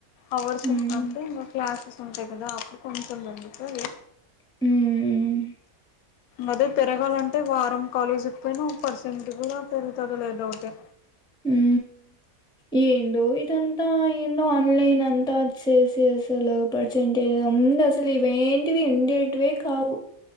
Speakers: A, on the left; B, in the centre.
A: అవర్స్
B: హ్మ్
A: అంటే ఇంక క్లాసెస్ ఉంటయి గదా అప్పుడు కొంచెం తగ్గుతది
B: ఉమ్ ఊ
A: అదే పెరగాలంటే వారం కాలేజ్కి పోయినా ఒక పర్సెంట్ గూడా పెరుగుతాదో లేదొ డౌటె
B: ఊ ఏందో ఇదంతా ఏందో ఆన్లైన్ అంతా ఓచేసి అసలు పర్సెంటేజ్ ఇ అందా అసల్ ఇవేంటివీ ఉండేటివే కావు